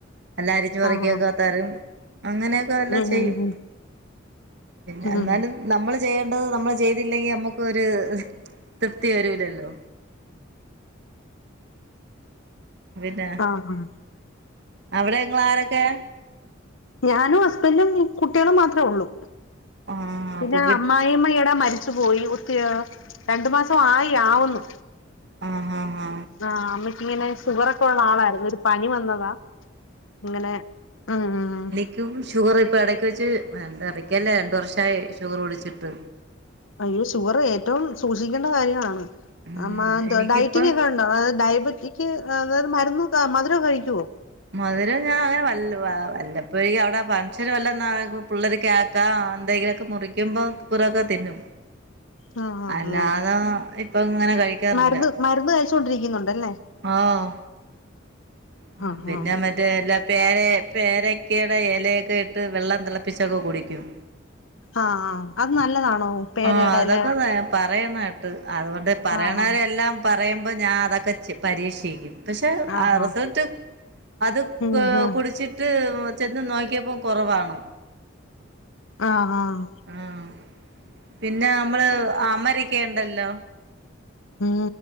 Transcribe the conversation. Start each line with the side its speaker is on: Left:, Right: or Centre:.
Right: എല്ല അരിഞ് പറക്കിയക്കാ
Left: ആഹ്
Right: തരും അങ്ങനെയൊക്കെ എല്ലാം
Left: ഉം
Right: ചെയ്യും
Left: ഉം ഉം
Right: പിന്നെ എന്നാലും,
Left: ഉം
Right: നമ്മൾ ചെയ്യേണ്ടത് നമ്മൾ ചെയ്തില്ലെങ്കിൽ നമ്മുക്ക് ഒരു തൃപ്തി വരൂലല്ലോ, പിന്ന
Left: ആഹ് ആഹ്
Right: അവിടെങ്ങളാരൊക്കെ?
Left: ഞാനും ഹസ്ബൻറും കുട്ടികളും മാത്രമേ ഉള്ളൂ
Right: ആഹ്
Left: പിന്നെ
Right: അപ്പൊ
Left: അമ്മായിയും, ടാ മരിച്ചു പോയി ഒത്തി രണ്ടു മാസം ആയി ആവുന്നു,
Right: ആഹ് ഹ ഹ
Left: ആഹ് അമ്മയ്ക്ക്ങ്ങനെ ഷുഗറ ഒക്കെ ഉള്ള ആളായിരുന്നു ഒരു പനി വന്നതാ ങ്ങനെ ആഹ് ആഹ്,
Right: ക് ഷുഗർ ഇപ്പൾ ഇടയ്ക്ക് വെച്ച്ട്ട് ഇടക്കല്ലേ രണ്ട് വർഷമായി ഷുഗർ കുടിച്ചിട്ട്
Left: അയ്യോ ഷുഗർ ഏറ്റവും സൂക്ഷിക്കേണ്ട കാര്യമാണ്
Right: ഉം
Left: ആ മാ എന്തോ
Right: എനിക്കിപ്പം
Left: ഡയറ്റിംഗ ഒക്കെ ഉണ്ടോ അ ഡയബറ്റിക് അതായത് മരുന്ന് മധുരമ കഴിക്കുവോ,
Right: മധുരം ഞാൻ അങ്ങനെ വല്ല വല്ലപ്പഴേ അവിടെ ഫംഗഷൻ വല്ല പിള്ളേർക്ക് ക്കാ എന്തെങ്കിലുമൊക്കെ മുറിക്കുമ്പോ പുരൊക്കെ തിന്നും
Left: ആഹ് ആഹ്
Right: അല്ലാതെ
Left: അങ്ങനെ
Right: ഇപ്പൊ ഇങ്ങനെ കഴിക്കാറില്ല
Left: മരുന്ന് മരുന്ന് കഴിച്ചോണ്ടിരിക്കുന്നുണ്ടല്ലേ
Right: ആഹ് മം
Left: ആഹ്
Right: പിന്നെ
Left: ആഹ്
Right: മ ല്ല പേര പേരക്കയുടെ ഇലയൊക്കെ ഇട്ട് വെള്ളം തിളപ്പിച്ചൊക്കെ കുടിക്കും
Left: ആഹ് അഹ് അത് നല്ലതാണോ? പേരയുടെ
Right: ആഹ് അതൊക്കെ
Left: എല
Right: ത പറയണാകേട്ട് അതുകൊണ്ട് പറയണവരെല്ലാം
Left: ആഹ് ആഹ്
Right: പറയുമ്പോൾ ഞാൻ അതൊക്കെ പരീക്ഷിക്കും പക്ഷെ
Left: ആഹ്
Right: ആ റിസൾട്ട്
Left: ആഹ്
Right: അത്
Left: ഉം ഉം
Right: കുടിച്ചിട്ട് ഇട്ട് ചെന്ന് നോക്കിയപ്പോൾ കുറവാണ്
Left: ആഹ് ആഹ്
Right: ആഹ് പിന്നെ നമ്മള് അമരിക്ക ഉണ്ടല്ലോ
Left: ഉം